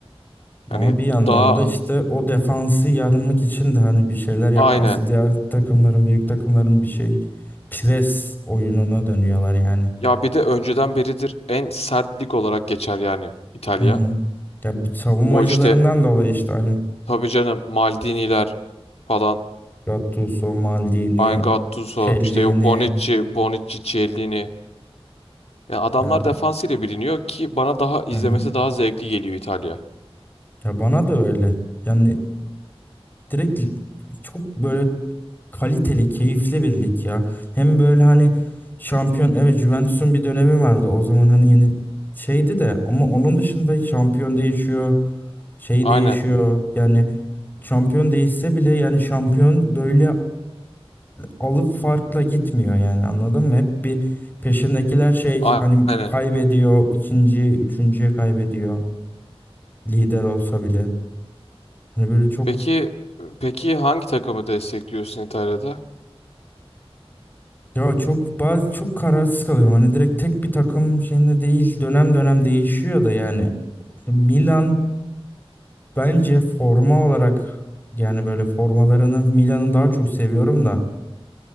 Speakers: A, on the left; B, on the left.
A: Yani
B: Ama bir yandan
A: daha
B: da işte o defansı yarmak için de hani bir şeyler yapması
A: aynen.
B: diğer takımların büyük takımların bir şey pres oyununa dönüyorlar yani.
A: Ya bir de önceden beridir en sert lig olarak geçer yani İtalya.
B: Hı hı. Ya bu savunmacılarından
A: O işte
B: dolayı işte aynı.
A: tabii canım Maldini'ler falan
B: Gattuso, Maldini,
A: Ay Gattuso
B: Cellini
A: işte yok Bonucci, Bonucci, Chiellini. Ya adamlar
B: yani.
A: defansıyla biliniyor ki bana daha izlemesi
B: Hı hı.
A: daha zevkli geliyor İtalya.
B: Ya bana da öyle. Yani direkt çok böyle kaliteli, keyifli bir lig ya. Hem böyle hani şampiyon evet Juventus'un bir dönemi vardı o zaman hani yeni şeydi de ama onun dışında şampiyon değişiyor, şey
A: Aynen.
B: değişiyor. Yani şampiyon değişse bile yani şampiyon böyle alıp farkla gitmiyor yani anladın mı? Hep bir peşindekiler şey
A: a-
B: hani
A: Aynen.
B: kaybediyor, ikinci, üçüncüye kaybediyor lider olsa bile. Hani böyle çok
A: Peki peki hangi takımı destekliyorsun İtalya'da?
B: Ya çok bazı çok kararsız kalıyorum. Hani direkt tek bir takım şeyinde değil. Dönem dönem değişiyor da yani Milan bence forma olarak yani böyle formalarını Milan'ı daha çok seviyorum da